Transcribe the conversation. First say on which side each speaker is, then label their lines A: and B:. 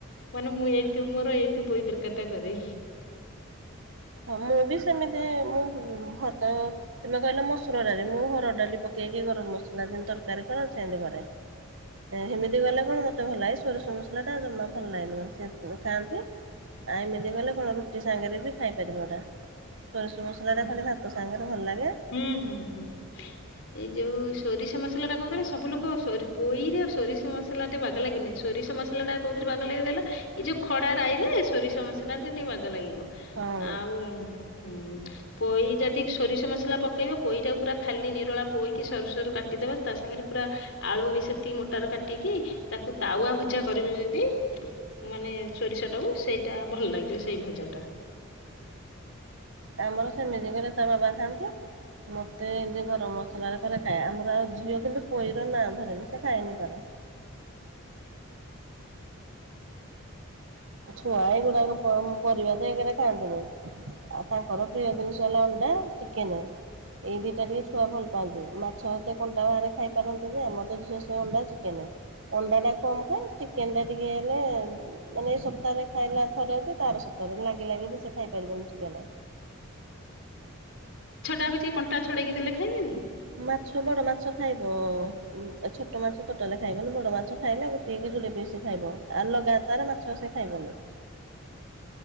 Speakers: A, on the left; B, on the right.
A: ମାନେ ମୁଁ ଏମିତି ମୋର ଏମିତି ପଇ ତରକାରୀ ଟା କରେ।
B: ହଁ ମୁଁ ବି ସେମିତି ମୁଁ ଭ ତମେ କହିଲ ମସୁର ଡାଲି ମୁଁ ହର ଡାଲି ପକେଇକି ଗରମ ମସଲା ଯେମତି ତରକାରୀ କରନ୍ତି ସେମିତି ଘରେ ହେମିତି ଗଲେ କଣ ମତେ ଭଲ ଲାଗେ ସୋରିଷ ମସଲା ଟା ଜମା ଭଲ ଲାଗେନି ମତେ ଖାଆନ୍ତି ଆଉ ଏମିତି ଗଲେ କଣ ରୁଟି ସାଙ୍ଗରେ ବି ଖାଇପାରିବ ଏତା। ସରଷ ମସଲା
A: ହଁ।
B: ଟା ଖାଲି ଭାତ ସାଙ୍ଗରେ ଭଲ ଲାଗେ।
A: ହୁଁ ହୁଁ ହୁଁ ଏଇ ଯୋଉ ସୋରିଷ ମସଲା ଟା କଣ କହିଲା ସବୁ ଲୋକ ସୋ ପୋଇରେ ଆଉ ସୋରିଷ ମସଲା ଟେ ବାଗ ଲାଗିନି ସୋରିଷ ମସଲା ଟା କୋଉଥିରେ ବାଗ ଲାଗି ଦେଲା ଏଇ ଯୋଉ ଖଡା ରାଇ ରେ ସୋରିଷ ମସଲା ଟେ ଟିକେ ବାଗ ଲାଗିବ।
B: ହଁ।
A: ଆଉ। ହୁଁ ପୋଇ ଯଦି ସୋରିଷ ମସ ମସଲା ପକେଇବ ପୋଇଟାକୁ ପ ଖାଲି ନିରଳା ପୋଇକି ସରୁ ସରୁ କାଟିଦେବା ତା ସାଙ୍ଗରେ ପୁରା ଆଳୁ ବି ସେତିକି ମୋଟାରେ କାଟିକି ତାକୁ ତାୱ ଭଜା କରିବେ ଯଦି ମାନେ ସୋରିଷଟାକୁ ସେଇଟା ଭ ସେଇ ଭଯା ଟା।
B: ଆମର ସେମିତି କଲେ ତା ବାବା ଖାଆନ୍ତି। ମତେ ଏମିତି ଗରମ ମସଲ ରେ କରେ ଖାଏ ଆମର ଆଉ ଝିଅ କିନ୍ତୁ ପୋଇଁର ନାଁ ଧରେନି। ଖାାଇନି ତରା। ଛୁଆ ଏଇଗୁଡାକ ପରିବା ତ ଏଇରେ ଖାଆନ୍ତିନି ଆଉ ତାଙ୍କର ପ୍ରିୟ ଜିନିଷ ହେଲା ଅଣ୍ଡା ଚିକେନ ଏଇ ଦିଟା ଟିକେ ଛୁଆ ଭଲ ପାଆନ୍ତି ମାଛ ଏତେ କଣ୍ଟା ବାହାରେ ଖାଇପାରନ୍ତିନି ଆମ ତ ଝିଅ ସେ ଅଣ୍ଡା ଚିକେନ ଅଣ୍ଡା ଟା କମ ଖାଏ। ଚିକେନ ତା ଟିକେ ହେଲେ ମାନେ ଏ ସବୁ ସପ୍ତାହରେ ଖାଇଲା ଥରେ ତାର ସପ୍ତାହରେ ଲାଗି ଲାଗି ବି ସେ ଖାଇପାରିବନି ଚିକେନା।
A: କଟା ହଉଛି କଣ୍ଟା ଛଡ଼େଇକ ଦେ ଖାଇବେନି?
B: ମାଛ ବଡ ମାଛ ଖାଇବ ଛୋଟ ମାଛ ତୋଟଲେ ଖାଇବନି ବଡ ମାଛ ଖାଇଲେ ଗୋଟେକ କି ଯୋଦ ପିସ ଖାଇବ। ଆଉ ଲଗାତାର ମାଛ ସେ ଖାଇବନି।